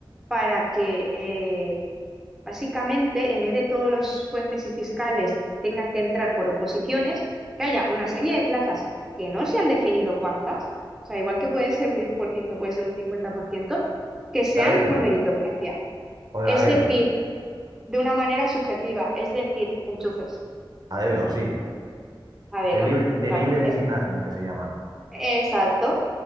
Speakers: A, in the centre; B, on the right.
A: para que eh, básicamente, en vez de todos los jueces y fiscales tengan que entrar por oposiciones, que haya una serie de plazas que no se han definido cuántas, o sea, igual que puede ser un diez por ciento puede ser un 50% que
B: Que
A: sean
B: sea a dedo,
A: por meritocracia.
B: o de
A: Es
B: a dedo,
A: decir, de una manera subjetiva, es decir, enchufes
B: a dedo, sí.
A: a dedo,
B: De libre, de
A: totalmente.
B: libre designación, que se llama.
A: Exacto.